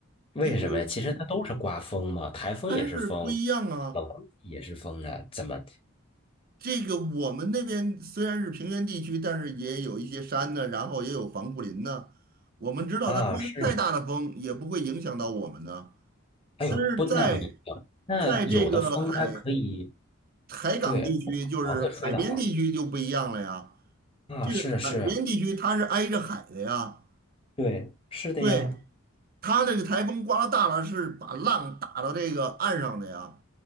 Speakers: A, on the left; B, on the right.
A: 为什么呀？
B: 因为
A: 其实它都是刮风嘛，台风也是风，
B: 还是不一样啊。
A: 冷空气也是风啊，怎么
B: 这个我们那边虽然是平原地区，但是也有一些山呢，然后也有防护林呢。我们知道它刮再大的风也不会影响到我们呢。
A: 啊？是吗，哎呦，
B: 但是在
A: 不，那不一定。那有的风它可以
B: 在这个海海港地区，
A: 对不把房子吹倒
B: 就是海边地区就不一样了呀。
A: 啊，
B: 这个海边地区它是挨着海的呀。
A: 是是，对，是的呀，
B: 对，它这个台风刮到大了，是把浪打到这个岸上的呀。